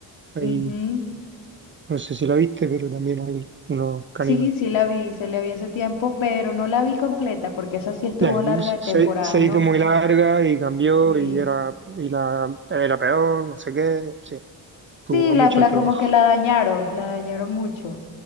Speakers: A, on the right (about 25°); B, on the left (about 70°).
A: ahí
B: Ujú.
A: no sé si la viste, pero también hay unos caníbales.
B: Sí, sí la vi, se la vi hace tiempo, pero no la vi completa porque esa sí estuvo
A: Ya,
B: larga de temporadas,
A: se, se
B: ¿no?
A: hizo muy larga y cambió
B: Sí.
A: y era, y la, era peor, no sé qué. Sí, tuvo
B: Sí, la,
A: mucho
B: la
A: altibajo.
B: como que la dañaron, la dañaron mucho.